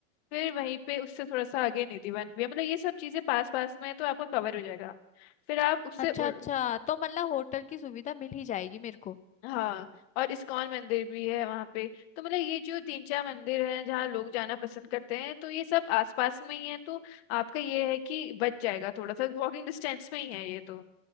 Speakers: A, on the left (about 55°); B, on the left (about 20°).
A: फिर वहीं पे उससे थोड़ा सा आगे निधिवन भी है मतलब ये सब चीजें पास पास में है तो आपका कवर हो जाएगा फिर आप उससे
B: अच्छा
A: उड़
B: अच्छा तो मतलब होटल की सुविधा मिल ही जाएगी मेरे को
A: हाँ और इस्कॉन मंदिर भी है वहाँ पे तो मतलब ये जो तीन चार मंदिर हैं जहाँ लोग जाना पसंद करते हैं तो ये सब आसपास में ही है तो आपका ये है कि बच जाएगा थोड़ा सा वॉकिंग डिस्टेंस में ही है ये तो